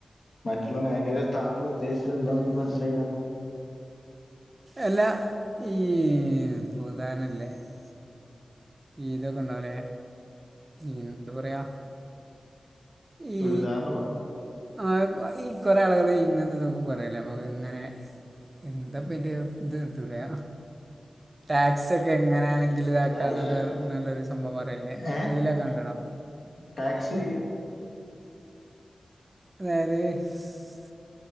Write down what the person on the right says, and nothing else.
എല്ലാ ഈ <unintelligible> ഈതൊക്കെ ഉണ്ടാവലെ യെന്താ പറയാ. ഈ
ആ ഈ കൊറേ ആളുകൾ ഇങ്ങനത്തെ. ന്നും പറയാല നമുക്ക് ഇങ്ങനെ എന്താ ഇത് കിട്ടൂലെ. ടാക്സ് ഒക്കെ എങ്ങനെയാണെങ്കിൽ ഇതാക്കാന്നൊക്കെന്നൊരു
സംഭവം പറയല്ലേ
റീലൊക്കെ കണ്ട്‌ണോ.
അതായത്.